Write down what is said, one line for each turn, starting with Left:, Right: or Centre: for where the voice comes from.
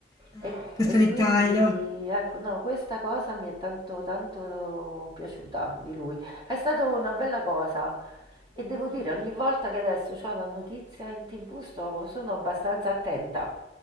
Left: uhm,
Right: E,
Left: questo
Right: e
Left: dettaglio.
Right: quindi ecco, no, questa cosa mi è tanto tanto piaciuta di lui. È stata una bella cosa e devo dire, ogni volta che adesso c'è una notizia in TV sto- sono abbastanza attenta